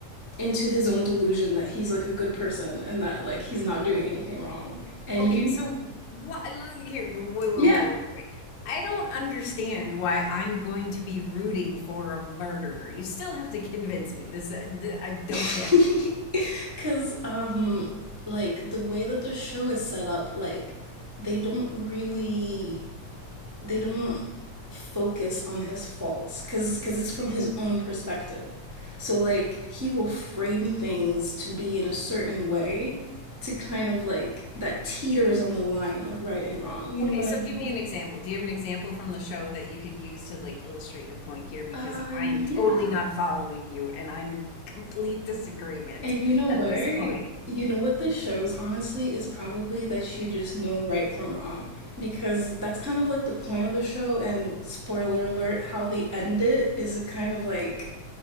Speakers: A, on the right; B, on the left.
A: into his own delusion that he's like a good person and that like he's not doing anything wrong. And
B: Okay,
A: you,
B: so what? Here, wait, wait,
A: yeah.
B: wait, wait, wait. I don't understand why I'm going to be rooting for a murderer. You still have to convince me. This, uh, th- I don't
A: <laughs>
B: get it.
A: Because, um, like, the way that the show is set up, like, they don't really they don't focus on his faults because because it's from his own perspective. So like he will frame things to be in a certain way to kind of like that teeters on the line of right and wrong. You
B: Okay,
A: know what
B: so
A: I mean?
B: give me an example. Do you have an example from the show that you could use to like illustrate your point here? Because
A: Uh
B: I
A: yeah.
B: am totally not following you and I'm in complete disagreement
A: And you know what?
B: at this point.
A: You know what this shows, honestly, is probably that you just know right from wrong. Because that's kind of like the point of the show, and spoiler alert, how they end it is a kind of like